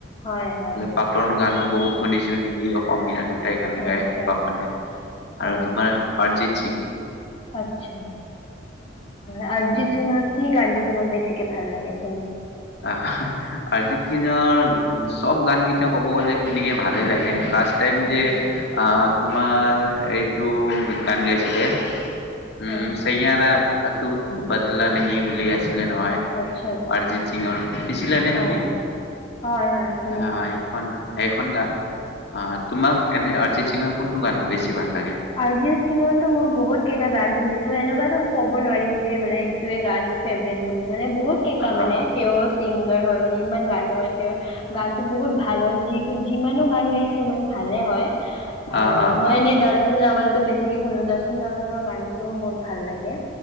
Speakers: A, on the left; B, on the left.
A: হয় হয়
B: পাপন গানো বহুত শুনিছো হিন্দী অসমীয়া দু গান গায়
A: আচ্ছা
B: পাপননে
A: হয়
B: আৰু তোমাৰ অজিত বৰ্জি
A: আচ্ছা। হয় অৰিজিত
B: উম
A: চিঙৰ কি গানটো তোমাক বেচিকে ভাল লাগে শুনি?
B: আহ অৰিজিত চিঙৰ চব গান কেইটা ক'ব গ'লে শুনিকে ভালে লাগে। লাষ্ট টাইম
A: আচ্ছা
B: যে আ তোমাৰ এইটো গান গাইছিলে। উম
A: হয়
B: চেয়াৰা তোৰ তো বাদলা ন বুলি আছে ছিঙে নহয়
A: আচ্ছা আচ্ছা
B: আৰিজিত- দিছিলা নে
A: হয়
B: তুমি
A: হয় হয় শুনিছিলো
B: অ সেইখন সেখন গান অ তোমাক এনে অৰিজিত সিঙৰ কোনটো গান বেছি ভাল লাগে?
A: অৰিজিত সিঙৰতো মই বহুত কেইটা গান শুনিছো। এনেকুৱাতো ক'ব নোৱাৰিম যে মানে এইটোয়ে গান ফেভৰেট বুলি। মানে বহুত কেইটা
B: আহ
A: মানে তেওঁৰ ছিংগাৰ হয় মানে- যিমান ইমান গানতটো মানে তেওঁৰ গানতটো বহুত ভাল হয় যি যিমানো গান গাই ইমান ভালে হয় আৰু
B: আহ আহ
A: মই
B: আহ
A: এনে তৱল টো বেছিক কি শুনো দৰ্শন তৱলৰ গান ও বহুত ভাল লাগে।